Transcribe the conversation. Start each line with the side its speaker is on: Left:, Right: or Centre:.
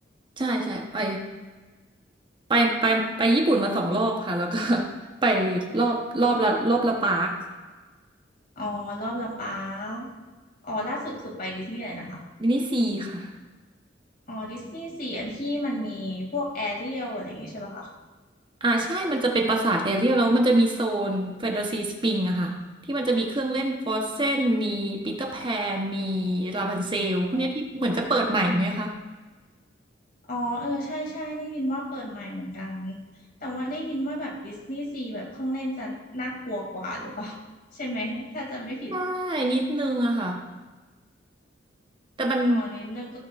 Right: ใช่ใช่ไปไปไปไปญี่ปุ่นมาสองรอบค่ะแล้วก็ <laughs> ไปรอบรอบละรอบละปาร์ค
Left: อ๋อรอบละปารอ๋อล่าสุดคือไปดิสนีย์อะไรนะคะ
Right: ดิสนีย์ซีค่ะ
Left: อ๋อดิสนีย์สี่อันที่มันมีพวกแอเรียลอะไรอย่างงี้ใช่ปะคะ
Right: อ่าใช่มันจะเป็นปราสาทแอเรียลแล้วมันจะมีโซนแฟนตาซีสปริงอะค่ะที่มันจะมีเครื่องเล่นฟรอสเซนมีปีเตอร์แพนมีลาบันเซลพวกเนี้ยที่เหมือนจะเปิดใหม่ไหมคะ
Left: อ๋ออ๋อเออใช่ใช่ได้ยินว่าเปิดใหม่เหมือนกันแต่ว่าได้ยินว่าแบบดิสนีย์ซีแบบเครื่องเล่นจะน่ากลัวกว่าหรือเปล่าใช่ไหมถ้าจำไม่ผิด
Right: ใช่นิดนึงอะค่ะแต่มัน
Left: อ๋อนิดนึง